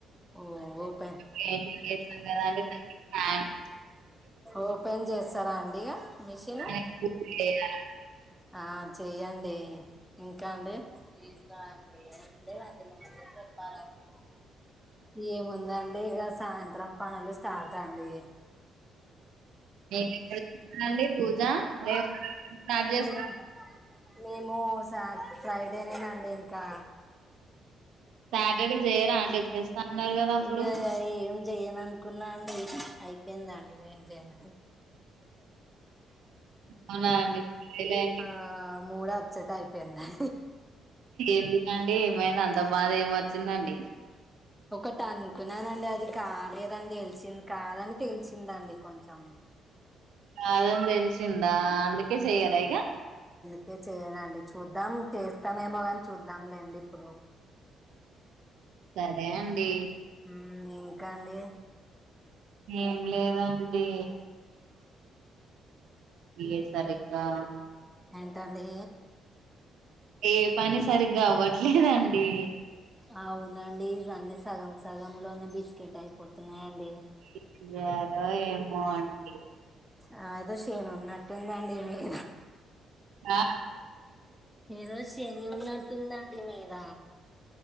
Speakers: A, in the centre; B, on the right.
A: ఓ ఓపెన్
B: పెయింటింగ్ చేస్తాం కదండి ఫ్యాన్
A: ఓపెన్ చేస్తారా అండి ఇగా మిషిను
B: దానికి పూజ చేయాలండి
A: ఆ చెయ్యండి ఇంకా అండి చికాఅండి లేదండి నిజం చెప్పాలండి ఏముందండి ఇగ సాయంత్రం పనులు స్టార్ట్ అండి
B: రేపిక్కడ ఎప్పుడు అండి పూజ రేపు స్టార్ట్ చేస్
A: మేము మేము సా ఫ్రైడేనేనండి ఇంకా
B: సాటర్డే చేయరా అండి అన్నారు కదా అప్పుడు
A: ఇగ ఏం చెయను అనుకున్నా అండి అయిపోయిందాండి ఇగ ఏంజేయల
B: అవునా అండి చేయాలే అండి
A: ఆ మూడ్ అప్సెట్ అయిపోయిందం
B: ఎందుకండి ఏమైనా అంత బాధ ఏం వచ్చిందండి
A: ఒకటి అనుకున్నానండి అది కాలేదండి తెలిసింది కాదని పెంచింది అండి కొంచెం
B: అదని తెలిసిందా అందుకే చెయ్యరా ఇగ
A: తే చేయను అండి చూద్దాం చేస్తామేమో కాని చూద్దాం లేండి ఇప్పుడు
B: సరే అండి
A: ఉమ్ ఇంకా అండి
B: ఏం లేదండి ఏ సరిగ్గా
A: ఏంటండి
B: ఏ పని సరిగ్గా అవ్వట్లేదండి
A: అవునండి ఇవన్నీ సగం సగం లోనే బిస్కెట్ అయిపోతున్నాయండి
B: ఏం చేయాలో ఏమో అండి
A: ఆ ఏదో శని ఉన్నట్టుందాండి మీద
B: ఆ
A: ఏదో శని ఉన్నట్టుందండి మీద